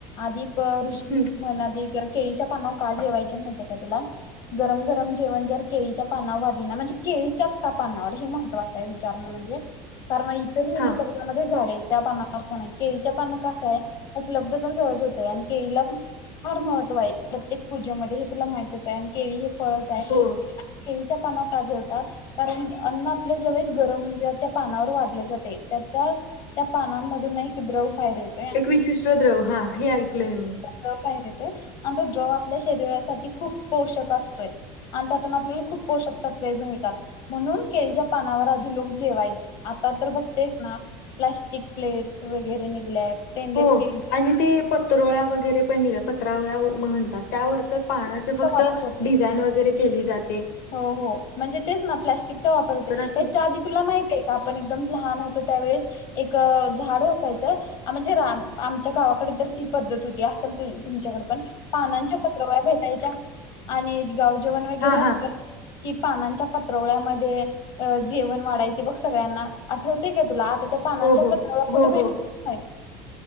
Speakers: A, on the left; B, on the left.
A: आधी प ऋषी
B: हम्म,
A: मुनी म्हण केळीच्या पानावर का जेवायचे माहिती आहे काय तुला? गरम गरम जेवण जर केळीच्या पानावर वाढलं ना म्हणजे केळीच्याच का पानांवर हे महत्त्वाचं आहे विचारणं म्हणजे कारण इतर मी
B: हा
A: नि सर्गा मध्ये झाडे आहे त्या पानावर का नाही केळीच्या पान कसं आहे. उपलब्ध पण सहज होतय आणि केळीला पण फार महत्त्व आहे प्रत्येक पूजेमध्ये हे तुला माहितच आहे आणि केळी हे. फळच आहे
B: हो
A: आणि केळीच्या पानावर का जेवतात? कारण अन्न आपलं ज्यावेेळेस गरम त्या पानावर वाढलं जाते त्याचा त्या पानांमधून एक द्रव बाहेर येत
B: एक विशिष्ट द्रव हा हे ऐकलंय मी
A: द्रव बाहेर येतोय आणि तो द्रव आपल्या शरीरासाठी खूप पोषक असतोय आणि त्यातून आपल्याला खूप पोषक तत्वे मिळतात म्हणून केळीच्या पानावर आधी लोक जेवायचे आता तर बघतेस ना प्लास्टिक प्लेट्स वगैरे निघल्यात स्टेनलेस
B: हो
A: स्टील
B: आणि ते पत्रोळ्या वगैरे पण पत्रवळ्या म्हणतात त्यावर तर पानांचं फक्त
A: वापर होतोय
B: डिझाईन वगैरे केली जाते.
A: हो हो म्हणजे तेच ना प्लास्टिकचा वापर होतोय
B: तर असं
A: आधी तुला माहितय का आपण एकदम लहान होतो त्यावेळेस एक झाडू असायचं म्हणजे रा आमच्या गावाकडे तर ती पद्धत होती असल त तुमच्याकडंपण पानांच्या पत्रावळ्या भेटायच्या आणि गाव जेवण वगैरे
B: हा
A: असत
B: हा
A: कि पानांच्या पत्रवळ्यामध्ये ते जेवण वाढायचे बग सगळ्यांना आठवतंय का तुला आ त्या पानांच्या
B: हो हो
A: पत्रावळ्या कुठे
B: हो
A: भेटतच
B: हो
A: नाहीत.